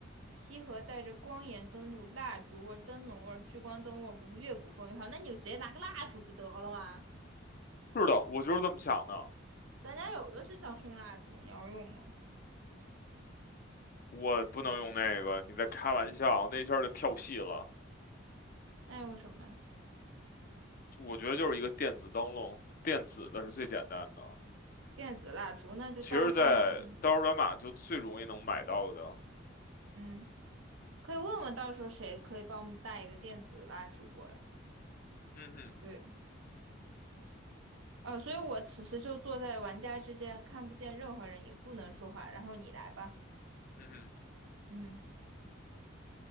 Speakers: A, on the right; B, on the left.
A: 西河带着光源登录，蜡烛味灯笼味聚光灯味古风越古风越好。那你就直接拿个蜡烛不得了吗？
B: 是的，我就是这么想的。
A: 咱家有的是香薰蜡烛，你要用吗？
B: 我不能用那个，你在开玩笑，那一下儿就跳戏了。
A: 那用什么呀
B: 我觉得就是一个电子灯笼，电子的是最简单的。
A: 电子蜡烛，那就到时候专门上吧
B: 其实，在刀儿马码就最容易能买到的。
A: 嗯，可以问问到时候谁可以帮我们带一个电子蜡烛过来。
B: 嗯哼，
A: 对，呃，所以我此时就坐在玩家之间，看不见任何人，也不能说话。然后你来吧。
B: 嗯哼，
A: 嗯，